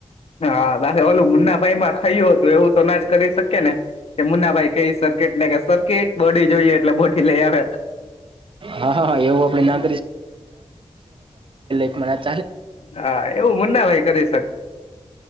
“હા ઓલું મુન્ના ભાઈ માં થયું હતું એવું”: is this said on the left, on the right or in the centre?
Left